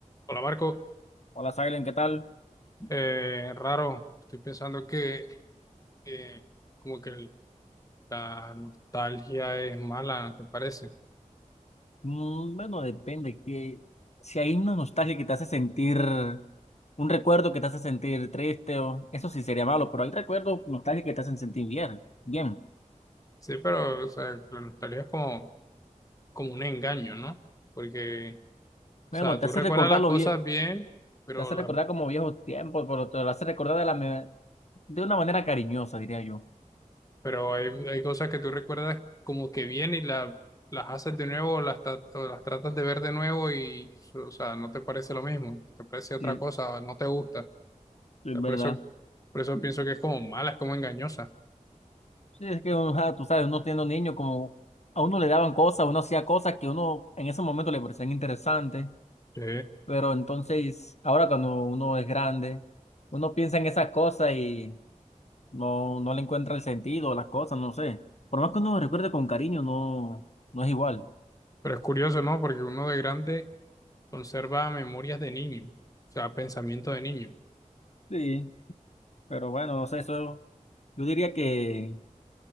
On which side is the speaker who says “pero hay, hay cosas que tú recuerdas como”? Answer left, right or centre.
Left